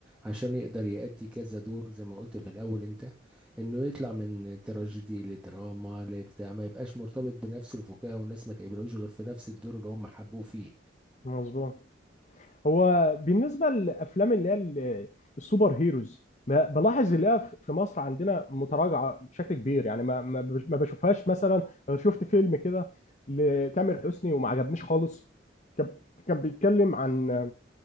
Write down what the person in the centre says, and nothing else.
عشان يقدر يأدي كذا دور زي ما قلت في الأول انت انه يطلع من تراجيدي لدراما لبتاع ما يبقاش مرتبط بنفس الفكاهة والناس ما تقبلوش غير في نفس الدور اللي هم حبوه فيه